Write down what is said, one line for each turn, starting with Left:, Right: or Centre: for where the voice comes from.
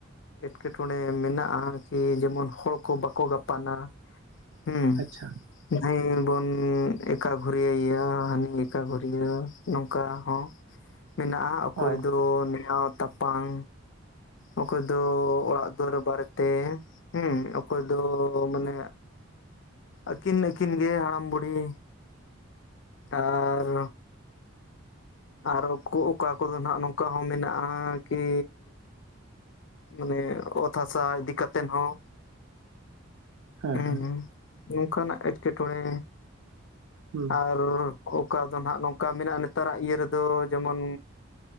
Left: ᱮᱴᱠᱮᱴᱚᱬᱮ ᱢᱮᱱᱟᱜᱼᱟ ᱠᱤ ᱡᱮᱢᱚᱱ ᱦᱚᱲ ᱠᱚ ᱵᱟᱠᱚ ᱜᱟᱯᱟᱱᱟ, ᱦᱩᱸ
Right: ᱟᱪᱪᱷᱟ
Left: ᱱᱩᱭ ᱵᱚᱱ ᱮᱠᱟ ᱜᱷᱩᱨᱤᱭᱟᱹᱭᱟ ᱦᱟᱱᱤ ᱮᱠᱟ ᱜᱷᱩᱨᱤᱭᱟᱹᱭᱟ ᱱᱚᱝᱠᱟ ᱦᱚᱸ, ᱢᱮᱱᱟᱜᱼᱟ ᱚᱠᱚᱭ
Right: ᱚ
Left: ᱫᱚ <inaudible> ᱛᱟᱯᱟᱢ ᱚᱠᱚᱭ ᱫᱚ ᱚᱲᱟᱜ ᱫᱩᱣᱟᱹᱨ ᱵᱟᱨᱮ ᱛᱮ ᱦᱩᱸ ᱚᱠᱚᱭ ᱫᱚ ᱢᱟᱱᱮ ᱟᱠᱤᱱ ᱟᱹᱠᱤᱱ ᱜᱮ ᱦᱟᱲᱟᱢ ᱵᱩᱲᱦᱤ ᱟᱨ ᱟᱨ ᱚᱠᱚ ᱚᱠᱟ ᱠᱚᱫᱚ ᱱᱟᱜ ᱱᱚᱝᱠᱟ ᱦᱚᱸ ᱢᱮᱱᱟᱜᱼᱟ ᱠᱤ ᱢᱟᱱᱮ ᱚᱛ ᱦᱟᱥᱟ ᱤᱫᱤ ᱠᱟᱛᱮ ᱦᱚᱸ
Right: ᱦᱮᱸ
Left: ᱦᱩᱸ
Right: ᱦᱮᱸ
Left: ᱱᱚᱝᱠᱟ ᱱᱟᱜ ᱮᱴᱠᱮᱴᱚᱬᱮ
Right: ᱦᱩᱸ
Left: ᱟᱨ ᱚᱠᱟ ᱫᱚ ᱱᱟᱜ ᱱᱚᱝᱠᱟ ᱢᱮᱱᱟᱜᱼᱟ ᱱᱮᱛᱟᱨᱟᱜ ᱤᱭᱟᱹ ᱨᱮᱫᱚ ᱡᱮᱢᱚᱱ